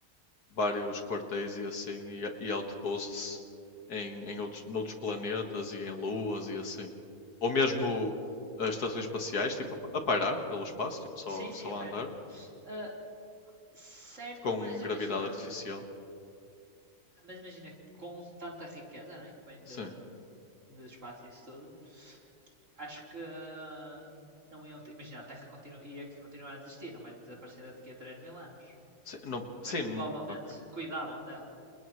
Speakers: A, on the left; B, on the right.
A: vários quartéis e assim, e, e outposts em, em outros, noutros planetas e em luas e assim. Ou mesmo eh, estações espaciais, tipo, a, a pairar pelo espaço, tipo, só,
B: Sim, sim,
A: só
B: a
A: a
B: pena.
A: andar,
B: Ah, certo,
A: com
B: mas imagina,
A: gravidade artificial.
B: Mas imagina, com tanta riqueza, né, que vem
A: Sim.
B: de, de espaço e isso tudo, acho que ah, não iam. ter- Imagina, a Terra continu, ia que continuar a existir, não vai desaparecer daqui a 3 mil anos.
A: Sim, não- sim,
B: Mas provavelmente
A: n- ok.
B: cuidavam dela.